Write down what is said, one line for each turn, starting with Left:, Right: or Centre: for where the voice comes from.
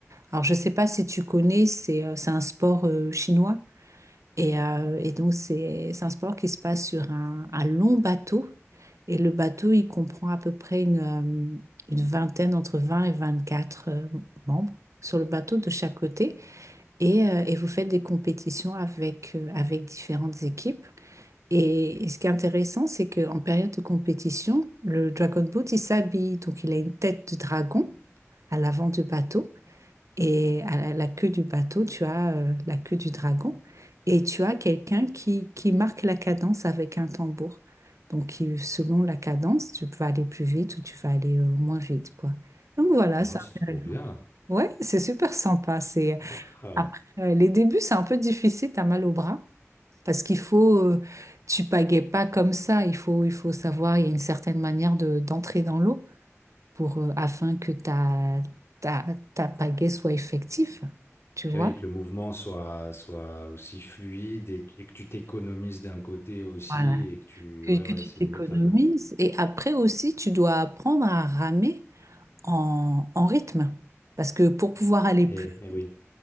Right: Alors je sais pas si tu connais, c'est euh, c'est un sport euh, chinois. Et, euh, et donc, c'est c'est un sport qui se passe sur un, un long bateau. Et le bateau, il comprend à peu près une, euh, une vingtaine, entre vingt et 24 euh, membres sur le bateau de chaque côté. Et, euh, et vous faites des compétitions avec, euh, avec différentes équipes. Et, et ce qui est intéressant, c'est qu'en période de compétition, le Dragon Boat, il s'habille. Donc, il a une tête de dragon à l'avant du bateau. Et à la, la queue du bateau, tu as euh, la queue du dragon et tu as quelqu'un qui, qui marque la cadence avec un tambour. Donc, qui- selon la cadence, tu peux aller plus vite ou tu vas aller euh, moins vite, quoi. Donc, voilà,
Left: Ouais,
Right: c'est
Left: c'est trop
Right: intéressant.
Left: bien.
Right: Ouais, c'est super sympa. C'est
Left: Voilà.
Right: après euh, les débuts, c'est un peu difficile, t'as mal au bras parce qu'il faut euh, tu pagaies pas comme ça, il faut il faut savoir, il y a une certaine manière de d'entrer dans l'eau pour, euh, afin que ta, ta, ta pagaie soit effective, tu vois?
Left: Et oui, que le mouvement soit, soit aussi fluide et, et que tu t'économises d'un côté aussi
Right: Voilà,
Left: et que tu...
Right: que,
Left: Ouais,
Right: que
Left: ouais,
Right: tu
Left: c'est
Right: t'économises.
Left: une méthode. ouais.
Right: Et après aussi, tu dois apprendre à ramer en, en rythme. Parce que pour pouvoir aller
Left: Eh,
Right: plus,
Left: eh oui.